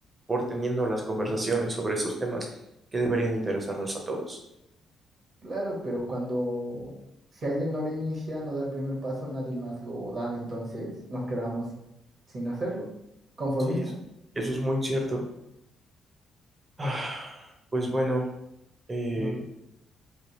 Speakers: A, on the right (about 25°); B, on the right (about 50°).
A: por teniendo las conversaciones sobre esos temas que deberían interesarnos a todos.
B: Claro, pero cuando si alguien no lo inicia, no da el primer paso, nadie más lo da, entonces nos quedamos sin hacerlo, conformistas.
A: Sí, es- eso es muy cierto. Ah, Pues bueno, eh,
B: No.